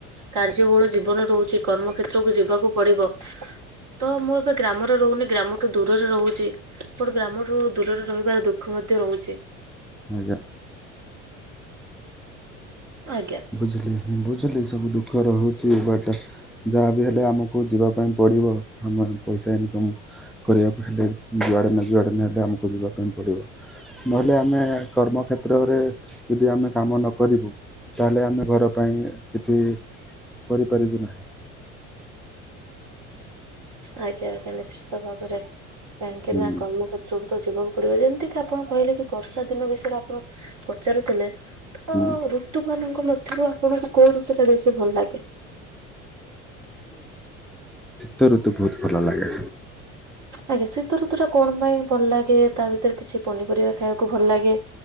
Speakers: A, on the right (about 50°); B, in the centre.
A: କାର୍ଯ୍ୟବହୁଳ ଜୀବନ ରହୁଛି କର୍ମକ୍ଷେତ୍ରକୁ ଯିବାକୁ ପଡିବ ତ ମୁଁ ଏବେ ଗ୍ରାମରେ ରହୁନି ଗ୍ରାମଠୁ ଦୂରରେ ରହୁଛି ଗୋଟେ ଗ୍ରାମଠୁ ଦୂରରେ ରହିବାର ଦୁଃଖ ମ ମଧ୍ୟ ରହୁଛି
B: ଆଜ୍ଞା।
A: ଆଜ୍ଞା।
B: ବୁଝିଲି ବୁଝିଲି ସବୁ ଦୁଃଖ ରହୁଛି ବଟ ଯାହାବି ହେଲେ ଆମକୁ ଯିବା ପାଇଁ ପଡ଼ିବ ଆମେ ପଇସା ଇନକମ୍ କରିବାକୁ ହେଲେ ଯୁଆଡ଼େନା ଯୁଆଡ଼େନା ହେଲେ ଆମକୁ ଯିବା ପାଇଁ ପଡିବ ପଡିବ ନହେଲେ ଆମେ କର୍ମକ୍ଷେତ୍ରରେ ଯଦି ଆମେ କାମ ନ କରିବୁ ତାହେଲେ ଆମେ ଘର ପାଇଁ କିଛିବି କରିପାରିବୁ ନାହିଁ।
A: ଆଜ୍ଞା ଆଜ୍ଞା ନିଶ୍ଚିତ ଭାବରେ କାହିଁକି
B: ହୁଁ
A: ନା କର୍ମକ୍ଷେତ୍ରକୁ ତ ଯିବାକୁ ପଡିବ ଯେମିତି କି ଆପଣ କହିଲେ କି ବର୍ଷା ଦିନ ବିଷୟରେ ଆପଣ ପଚାରୁଥିଲେ ତ
B: ହୁଁ
A: ଋତୁ ମାନଙ୍କ ମଧ୍ୟ ରୁ ଆପଣଙ୍କୁ କୋଉ ଋତୁ ଟା ବେଶୀ ଭଲ ଲାଗେ?
B: ତ ଋତୁ ବହୁତ ଭଲ ଲାଗେ।
A: ଆଜ୍ଞା ଶୀତ ଋତୁ ଟା କଣ ପାଇଁ ଭଲ ଲାଗେ ତା ଭିତରେ କିଛି ପନିପରିବା ଖାଇବାକୁ ଭଲ ଲାଗେ